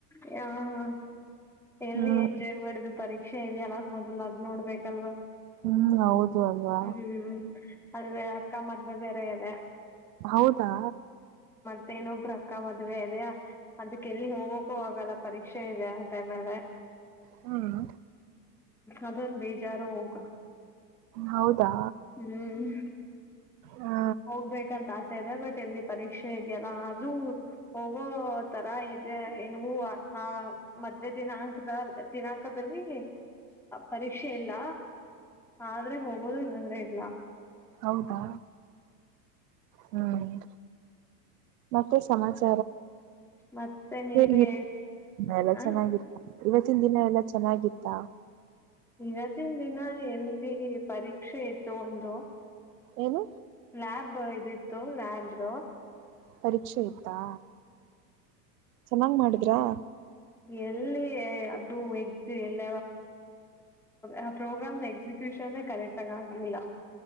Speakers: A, in the centre; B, on the right.
A: ಹ ಎಲ್ಲಿ
B: ಹ್ಮ್
A: ಎಂಜಾಯ್ ಮಾಡಿದು ಪರೀಕ್ಷೆ ಇದ್ ಎಲ್ಲ ಮೊದಲ್ ನೋಡ್ಬೇಕಲ್ವಾ
B: ಹ್ಮ್ ಹೌದು ಅಲ್ವಾ
A: ಹ್ಮ ಹ್ಮ್ ಅದೇ ಅಕ್ಕ ಮದ್ುವೆ ಬೇರೆ ಅದ
B: ಹೌದಾ
A: ಮೇನೊಬ್ರ ಅಕ್ಕ ಮದ್ವೆ ಅದ ಅದಕ್ಕೆಲ್ಲಿ ಹೋಗ ಹ ಆಗಲ್ಲ ಪರೀಕ್ಷೆ ಇದೆ ಆ ಟೈಮ ಅಲ್ಲ
B: ಹ್ಮ್
A: ಅದೊಂದು ಬೇಜಾರು ಹೋಗ
B: ಹೌದಾ
A: ಹ್ಮ್
B: ಹಾ
A: ಹೋಗ್ಬೇಕಂತ ಆಸ್ ಇದೆ ಬಟ್ ಎಲ್ಲಿ ಪರೀಕ್ಷೆ ಇದೆಯಲ್ಲ ಅೂ ಹೋಗೋ ತರ ಇ ಹೆಂಗೂ ಆ ಮಧ್ಯ ದಿನಾಂಕದ ದಿನಾಂಕದಲ್ಲಿ ಪರೀಕ್ಷೆ ಇಲ್ಲ ಆದ್ರೆ ಹೋಗ ಂದ್ರ ಇಡ್ಲ್ಲಾ
B: ಹೌದಾ ಹ್ಮ್ ಮತ್ತೆ ಸಮಾಜ
A: ಮತ್ತೆ ನೀವೇ
B: ೇ ಎಲ್ಲ
A: ಹ
B: ಚೆನ್ನಾಗಿತ್ತು ಇವತ್ತಿನ ದಿನ ಎಲ್ಲ ಚೆನ್ನಾಗಿದ್ದ
A: ಇವತ್ತಿನ ದಿನ ಎಲ್ಲಿ ಪರೀಕ್ಷೆ ಇತ್ತು ಒಂದು
B: ಏನು
A: ಲ್ಯಾಬ್ ಇದಿತ್ತು ಲ್ಯಾಬ್್ದ
B: ಪರೀಕ್ಷೆ ಇ್ದಾ ಚೆನ್ನಾಗ್ ಮಾಡಿದ್ರಾ
A: ಎಲ್ಲಿ ಅದು ಎಿ ಎಲ್ಲ ಆ ಪ್ರೋಗ್ರಾಮ್ ಎಕ್ಸಿಕ್ಯೂಷನ್ೇ ಕರೆಕ್ಟ್ ಆಗ ಆಗ್ಲಿಲ್ಲ